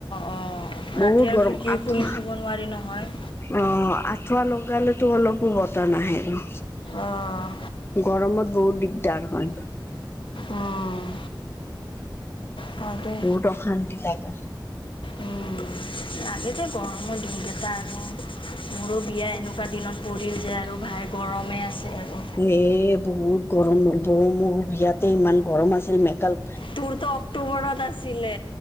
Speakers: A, on the left; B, on the left.
A: অ'
B: বহুত
A: ৰাতি আৰু
B: গৰম
A: খিৰিকী
B: আঠু
A: খুলি থ'ব নোৱাৰি নহয়।
B: অ' আঠুৱা লগালেতো অলপো বতাহ নাহে আৰু।
A: অ',
B: গৰমত বহুত দিগদাৰ হয়।
A: অ' হওঁকদে
B: বহুত অশান্তি লাগে।
A: উম লাগে দেই গৰমৰ দিনকেইটা আৰু। মোৰো বিয়া এনেকুৱা দিনত পৰিল যে আৰু ভাই গৰমে আছে আৰু।
B: এ বহুত গৰম বৌ মোৰ বিয়াতে ইমান গৰম আছিল, মেকাল
A: তোৰতো অক্টোবৰত আছিলে